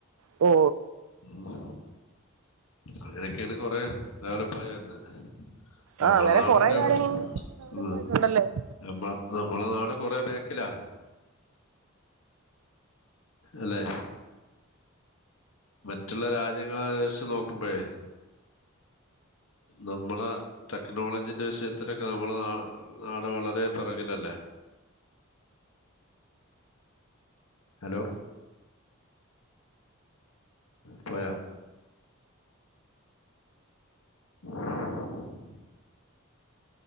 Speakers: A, on the right; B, on the left.
A: ഓ
B: ഉ അങ്ങനെയൊക്കെയാണ് കൊറെ ഡെവലപ്പായി വരുന്നത് നമ്മളെ
A: ആ അങ്ങനെ
B: നാടൊക്കെ
A: കൊറെ കാര്യങ്ങൾ
B: ഉ
A: ഡെവലപ്പ് ആയിട്ടുണ്ടല്ലോ
B: നമ്മള നമ്മളെ നാട് കൊറെ ബേക്കിലാ അല്ലേ മറ്റുള്ള രാജ്യങ്ങളെ വച്ച് നോക്കുമ്പോഴേ നമ്മളെ ടെക്നോളജീന്റെ വിഷയത്തിലൊക്കെ നമ്മളെ ന നാട് വളരെ പിറകിലല്ലേ ഹലോ പോയ <inaudible>